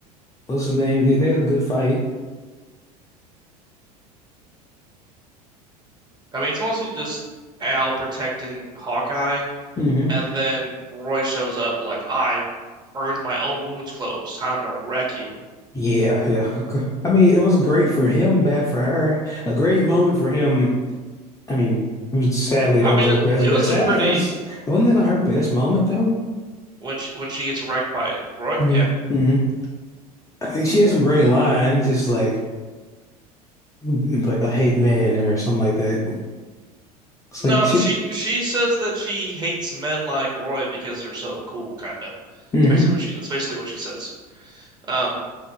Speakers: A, on the left; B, on the right.
A: what's his name? It- There's a good fight.
B: I mean, it's mostly just Al protecting Hawkeye,
A: hmm
B: and then Roy shows up like, I burned my own wounds closed. Time to wreck you.
A: Yeah, yeah. I mean, it was great for him, bad for her. A great moment for him I mean, it was, sadly,
B: I
A: that
B: mean,
A: was her best
B: it
A: bet.
B: was
A: Sadly,
B: a pretty
A: that was wasn't that her best moment though?
B: when she when she gets wrecked by it, Roy.
A: hmm
B: Yeah.
A: hmm I mean, she had some great lines. It's like, like I hate men or something like that. It's
B: No,
A: like she.
B: she she says that she hates men like Roy because they're so cool, kinda.
A: hmm
B: It's basically what she that's basically what she says. Um,